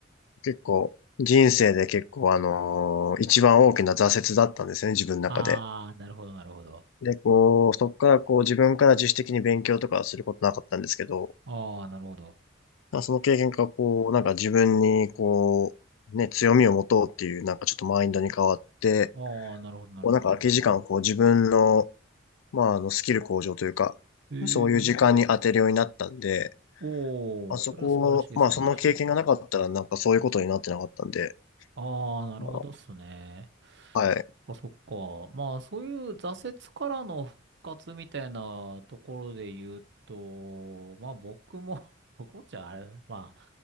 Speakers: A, on the left; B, on the right.
A: 結構人生で結構あのー一番大きな挫折だったんですよね、自分の中で。
B: ああ、なるほど、なるほど。
A: で、こう、そこからこう自分から自主的に勉強とかはすることなかったんですけど、
B: ああ、なるほど。
A: まあその経験がこう、なんか自分にこう、ね、強みを持とうっていうなんかちょっとマインドに変わって、
B: ああ、なるほど、なるほど。
A: こうなんか空き時間をこう自分の、まああのスキル向上というか、
B: へえ。
A: そういう時間に当てるようになったんで、
B: おお、
A: あそこ、
B: それは素晴らしい、
A: まあその経験がなかったらなんかそういうことになってなかったんで、
B: 素晴らしい。ああ、なるほどっすね。
A: あの、はい、
B: そっか、そっか。まあ、そういう挫折からの復活みたいなところで言うと、まあ僕も <laughs> 僕もっちゃあれ、ま